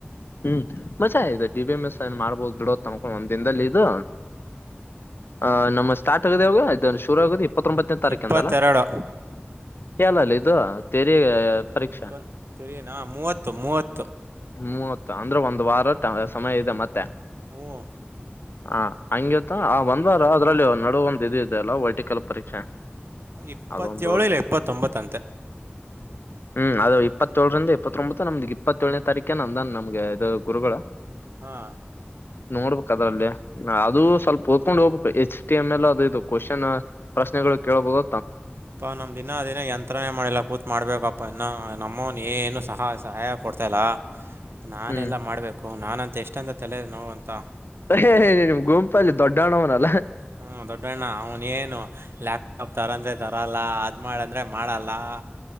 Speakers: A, on the left; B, on the right.
A: ಹ್ಮ್ ಮಚ್ಚಾ ಇದ್ ಡಿಬೆ ಮೆಸ್ ಏನ್ ಮಾಡ್ಬೋದು ಬಿಡೋತ್ನ್ಕೊಂಡ್ ಒಂದ್ ದಿನ್ದಲ್ಲಿ ಇದೂ ಆ ನಮ್ಮ ಸ್ಟಾರ್ಟ್ ಆಗದ್ <unintelligible> ಶುರು ಆಗುದ್ ಇಪ್ಪತ್ತೊಂಬತ್ತ್ನೇ ತಾರೀಕಿಂದಲ್ಲ
B: ಇಪ್ಪತ್ತೆರಡು
A: <unintelligible> ಇದು
B: <unintelligible>
A: ತೆರಿ ಪರೀಕ್ಷಾ
B: ಮೂವತ್ತು ಮೂವತ್ತು
A: ಮೂವತ್ತ ಅಂದ್ರೆ ಒಂದ್ ವಾರ ತ ಸಮಯ ಇದೆ ಮತ್ತೆ
B: ಹ್ಮ್್ಮ್ಮ
A: ಹಾ ಹಂಗ್ಗೆತ್ತ ಆ ಒಂದ್ ವಾರ ಅದ್ರಲ್ಲಿ ನಡುವ್ ಒಂದ್ ಇದ್ ಇದೆ ಅಲ್ಲಾ ವೈಟಿಕಲ್ ಪರೀಕ್ಷೆ
B: ಇಪ್ಪತ್ಯೋಳು
A: ಅದೊಂದು
B: ಇಲ್ಲ ಇಪ್ಪತ್ತೊಂಬತ್ತಂತೆ
A: ಹ್ಮ್ ಅದು ಇಪ್ಪತ್ತಏಳರಿಂದ ಇಪ್ಪತ್ತೊಂಬತ್ತು ನಮ್ದ ಇಪ್ಪತ್ತೊಳನೇ ತಾರೀಕೇನೆ ಅಂದನ್ ನಮ್ಗೆ ಇದು ಗುರುಗಳು.
B: ಹಾ
A: ನೋಡ್ಬೇಕದ್ರಲ್ಲಿ ಅದು ಸ್ವಲ್ಪ ಓದಕೊಂಡ್ ಹೋಗ್ಬೇಕು ಎಚ್ ಟಿ ಎಮ್ ಎಲ್ ಅದು ಇದು ಕ್ವಶ್ನ್ ಪ್ರಶ್ನೆಗಳು ಕೇಳಬಹುದು.
B: ಪ್ಪಾ ನಮ್ದಿನ್ನ ಅದ್ಏನ್ ಯಂತ್ರನೇ ಮಾಡಿಲ್ಲ ಕೂತ್ ಮಾಡ್ಬೇಕಪ್ಪ ಇನ್ನಾ ನಮ್ಮೋನ್ ಏನು ಸಹಾಯ್ ಸಹಾಯ ಕೊಡ್ತಾಲ್ಲಾ ನಾನ್
A: ಹ್ಮ್
B: ಎಲ್ಲಾ ಮಾಡ್ಬೇಕು ನಾನಂತ್ ಎಷ್ಟ್ ತಂದೆ ತಲೆ ನೋವ್ ಅಂತಾ
A: ಏ ನಿಮ್ ಗುಂಪಲ್ಲಿ ದೊಡ್ಡೋ <unintelligible>
B: ಹ್ಮ್ ದೊಡ್ಡಣ್ಣ ಅವನ್ ಏನು ಲ್ಯಾಪ್ಟಾಪ್ ತರ್ ಅಂದ್ರೆ ತರಲ್ಲ ಅದ್ ಮಾಡಂದ್ರೆ ಮಾಡಲ್ಲಾ